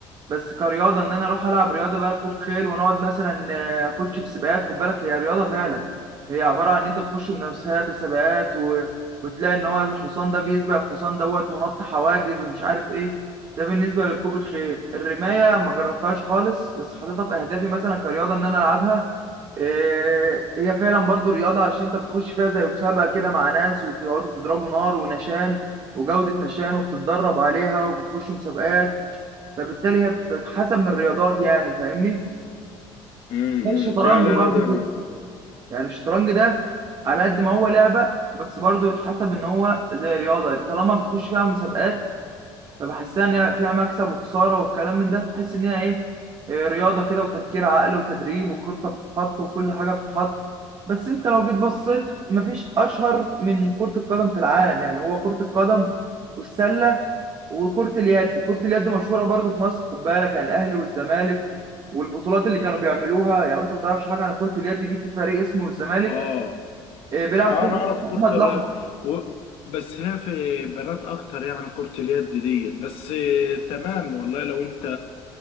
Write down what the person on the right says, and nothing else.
بس كرياضه ان انا اروح العب رياضه بقى ركوب خيل ونقعد مثلا آه، اخش في سباقات خد بالك هي رياضه فعلا هي عباره عن ان انت بتخش منافسات وسباقات و... وتلاقي ان هو الحصان ده بيسبق الحصان دوت ونط حواجز ومش عارف ايه ده بالنسبه لركوب الخيل الرمايه ما جربتهاش خالص بس حاططها في اهدافي مثلا كرياضه ان انا العبها إيه، هي فعلا برضو رياضه عشان انت بتخش فيها زي مسابقه كده مع ناس وتقعدوا تضربوا نار ونشان وجوده نشان وبتتدرب عليها وبتخشوا مسابقات فبالتالي هي بتتحسب من الرياضات يعني فاهمني
زي الشطرنج
برضو
كده يعني الشطرنج ده على قد ما هو لعبة بس برضو يتحسب ان هو زي رياضة طالما بتخش فيها مسابقات فبحسها ان هي فيها مكسب وخساره والكلام من ده فحس ان هي ايه إيه، رياضه كده وتفكير عقل وتدريب وخطه بتتحط وكل حاجه بتتحط بس انت لو جيت بصيت مفيش اشهر من كره القدم في العالم يعني هو كره القدم والسله وكرة اليد كرة اليد مشهورة برضو في مصر خد بالك يعني الأهلي والزمالك والبطولات اللي كانوا بيعملوها يعني أنت ما تعرفش حاجة عن كرة اليد دي في فريق اسمه الزمالك
آه، بيلعب
فيه
اسمه
أحمد الأحمر